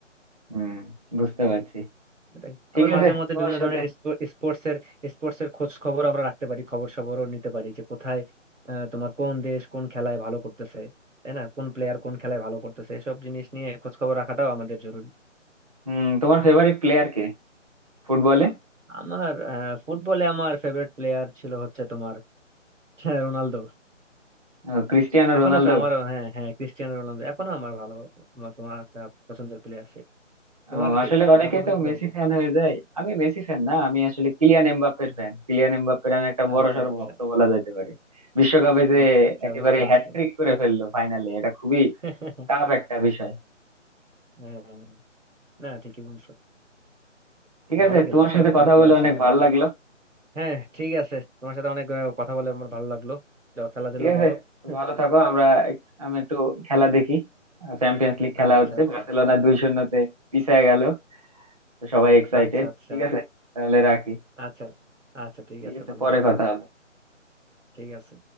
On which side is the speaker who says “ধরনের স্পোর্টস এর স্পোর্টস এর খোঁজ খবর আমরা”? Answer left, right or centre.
Right